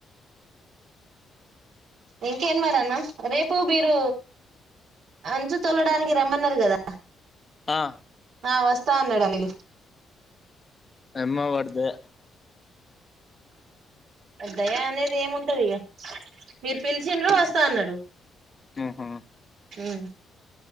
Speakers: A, on the right (about 75°); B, on the left (about 30°).
A: ఇంకేం మరన్నా రేపు మీరు అంచు తొల్లడానికి రమ్మన్నరు కదా
B: ఆ
A: ఆ వస్తా అన్నాడు అనిలు
B: అమ్మ వాడి దయ
A: దయా అనేది ఏముంటది ఇగ మీరు పిలిచిండ్రు వస్తా అన్నడు
B: ఉమ్ హు
A: హు